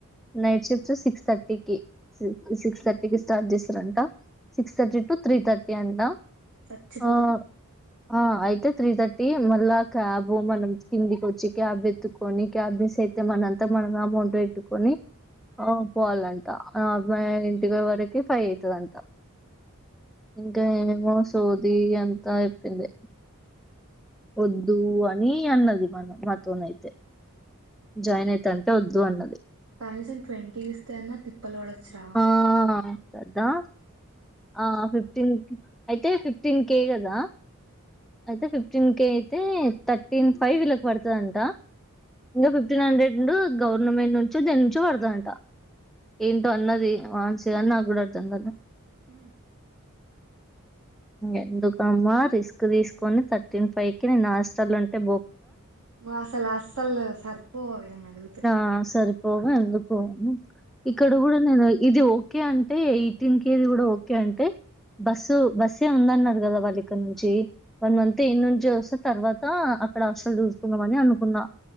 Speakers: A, in the centre; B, on the right.
A: నైట్ షిఫ్ట్స్ సిక్స్ తట్టి కి సి సిక్స్ థర్టీకి స్టార్ట్ చెస్ రంట సిక్స్ థర్టీ టు త్రీ తర్ అంట
B: చచ్చిపోతాం
A: ఆ ఆ అయితే త్రీ థర్టీ మళ్ళా క్యాబ్ మనం కిందికి వచ్చి క్యాబ్ ఎత్తుకొని క్యాబ్ మిస్ అయితే మనంతా మనం అమౌంట్ పెట్టుకొని పోవాలంట ఇంటి వరకు ఫైవ్ అయ్యితదంట ఇంకా ఏ ఓస్ సోది అంత చెప్పింది ఒద్ దు అని అన్నది మన మాతో అయితే జాయిన్ అయితంటే వద్దు అన్నది
B: కనీసం ట్వంటీ ఇస్తేనే తిప్ మాల్ వడచ్చరా
A: ఆ కదా ఆ ఫిఫ్టీన్ అయితే ఫిఫ్టీన్ కే కదా అయితే ఫిఫ్ కే అయితే థర్టీన్ ఫై వీళ్ళకి పడుతదంట ఇంగ ఫిఫటీన్ హండ్రెడ్ డు గవర్నమెంట్ నుంచి దేని నుంచో పడదంట ఏంటో అన్నది ఆన్ <unintelligible>
B: ఉ
A: ఎందుకమ్మా రిస్ క్ తీసుకొని థర్టీన్ ఫై కి నేను హాస్టల్ ఉంటే బొ
B: అసలు అస్సలు సర్పోవవి నన్నీ అడుగు
A: ఆ సరిపోగ ఎందుకు అని ఇక్కడ కూడా నేను ఇది ఒ ఓకే అంటే ఎయిటీన్ కే కూడా ఓకే అంటే బస్సు బస్సే ఉందన్నారు కదా వాళ్ళు ఇక్కడ నుంచి
B: అయితే
A: వన్ మంత్ ఇన్నం జస తర్వాత అక్కడ అస్టలు చూసుకుందాంమని అనుకున్నా